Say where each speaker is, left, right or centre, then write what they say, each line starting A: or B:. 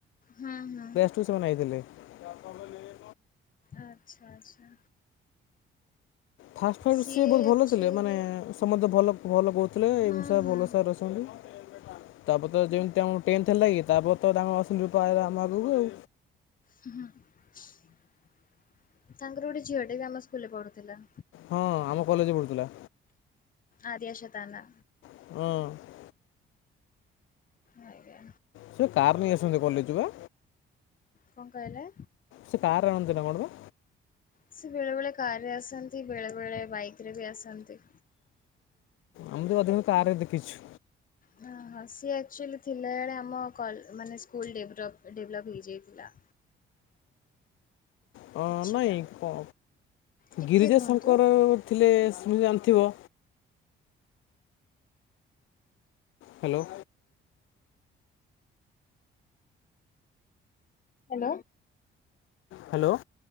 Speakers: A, on the left; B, on the left.
A: ହୁଁ ହୁଁ।
B: ଟୁ ସେମାନେ ଆଇଥିଲେ। ତା ବାପା କହିଲେ।
A: ଆଚ୍ଛା ଆଚ୍ଛା।
B: ଫାଷ୍ଟ ଫାଷ୍ଟ
A: ସିଏ
B: ସି ବହୁତ ଭଲ
A: ଆକ୍ଚୁଆଲି
B: ଥିଲେ ମାନେ ସମସ୍ତେ ଭଲ ଭଲ କହୁଥିଲେ
A: ହୁଁ
B: ଏମ
A: ହୁଁ।
B: ଭଲ ସାର୍ ବଲୁ <inaudible> ତାପରେ ତ ଯେମିତି ଆମ ଟେନ୍ଥ ହେଲା କି ତାପରେ ତ ତାଙ୍କର ଅଛନ୍ତି ରଲା ଆମ ଆଗକୁ ଆଉ।
A: ହଁ ତାଙ୍କର ଗୋଟେ ଝିଅ ଟେ ବି ଆମ ସ୍କୁଲରେ ପଢୁଥିଲା।
B: ହଁ ଆମ କଲେଜରେ ପଢ଼ୁଥିଲା।
A: ଆରିଆ ସତାନା।
B: ହଁ।
A: ଆଜ୍ଞା
B: ସେ କାର ନେଇ ଆସନ୍ତି କଲେଜ କୁ ବା।
A: କଣ କହିଲେ?
B: ସେ କାର୍ ଆଣନ୍ତି ନା କଣ ବା
A: ସେ ବେଳେ ବେଳେ କାରରେ ଆସନ୍ତି ବେଳେ ବେଳେ ବାଇକ ରେ ବି ଆସନ୍ତି।
B: ଆମେ ବି ଅଧିକ କାରରେ ଦେଖିଛୁ।
A: ହ ହଁ ସିଏ ଆକ୍ଚୁଆଲି ଥିଲାବେଳେ ଆମ କଲ ମାନେ ସ୍କୁଲ୍ ଡେଭଲପ୍ ଡେଭଲପ୍ ହେଇଯାଇଥିଲା।
B: ହଁ
A: କିଛିଟା
B: ନହିଁ କ
A: ଟିକେ
B: ଗିରିଜା
A: ରୁହନ୍ତୁ।
B: ଶଙ୍କର ଥିଲେ ଜାଣିଥିବ। ହ୍ୟାଲୋ।
A: ହ୍ୟାଲୋ।
B: ହ୍ୟାଲୋ।